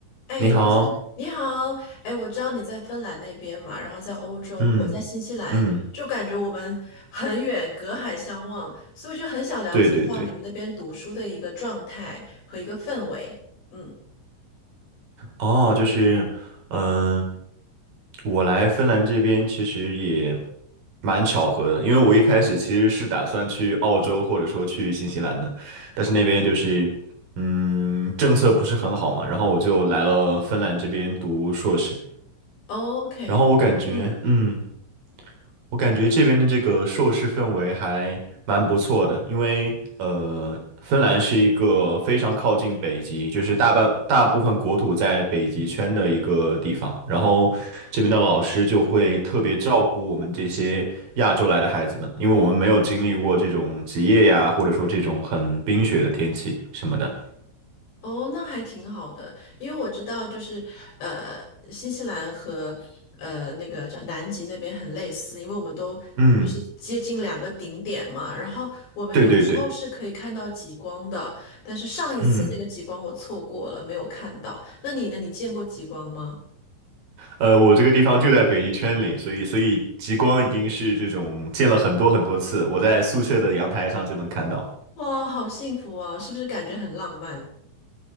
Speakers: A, on the left (about 60°); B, on the right (about 45°).
A: 哎，
B: 你好，
A: 就是你好，哎，我知道你在芬兰那边嘛，然后在欧洲，
B: 嗯
A: 我在新西兰，
B: 嗯，
A: 就感觉我们很远，隔海相望，所以我就很想了解一下你们那边读书的一个状态和一个氛围。
B: 对对对，
A: 嗯
B: 哦，就是，嗯、我来芬兰这边其实也蛮巧合的，因为我一开始其实是打算去澳洲或者说去新西兰的，但是那边就是，嗯，政策不是很好嘛，然后我就来了芬兰这边读硕士，
A: ，OK，
B: 然后我感觉，
A: 嗯。
B: 嗯。我感觉这边的这个硕士氛围还蛮不错的，因为呃，芬兰是一个非常靠近北极，就是大半大部分国土在北极圈的一个地方，然后这边的老师就会特别照顾我们这些亚洲来的孩子们，因为我们没有经历过这种极夜呀，或者说这种很冰雪的天气什么的。
A: 哦，那还挺好的，因为我知道，就是呃，新西兰和呃那个叫南极那边很类似，因为我们都就是接近两个顶点嘛。
B: 嗯，
A: 然后我们有时候是可以看到极光的，
B: 对对对，
A: 但是上一次那个极光我错过了，
B: 嗯。
A: 没有看到。那你呢？你见过极光吗？
B: 呃，我这个地方就在北极圈里，所以所以极光已经是这种见了很多很多次，我在宿舍的阳台上就能看到。
A: 哇，好幸福啊！是不是感觉很浪漫？